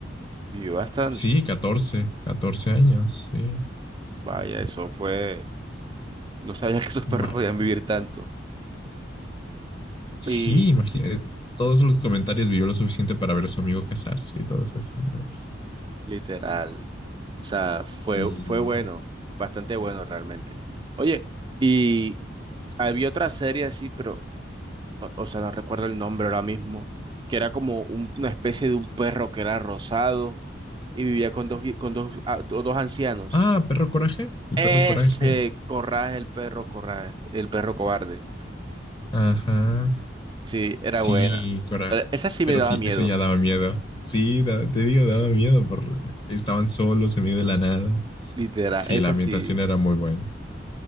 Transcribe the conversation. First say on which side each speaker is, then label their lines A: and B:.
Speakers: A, on the right; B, on the left.
A: Vivió bastante.
B: Sí, catorce catorce años, sí.
A: Vaya, eso fue. No sabía que esos perros
B: Mara-
A: podían vivir tanto.
B: Sí,
A: Y
B: imagínate, todos los comentarios vivió lo suficiente para ver a su amigo casarse y todo eso así. ¿no?
A: literal. O sea, fue,
B: Y...
A: fue bueno. Bastante bueno realmente. Oye, y había otra serie así, pero. O, o sea, no recuerdo el nombre ahora mismo. Que era como un- una especie de un perro que era rosado y vivía con dos, vie- con dos, ah, do- dos ancianos.
B: Ah, perro coraje, el
A: Ese,
B: perro coraje.
A: Corraje, el perro, Corraje, el perro cobarde.
B: Ajá,
A: Sí, era
B: sí,
A: buena.
B: cora...
A: Eh, Esa sí
B: Pero
A: me daba
B: sí,
A: miedo.
B: eso ya daba miedo. Sí, da- te digo, daba miedo porque estaban solos en medio de la nada.
A: Literal,
B: Sí,
A: es
B: la ambientación
A: así.
B: era muy buena.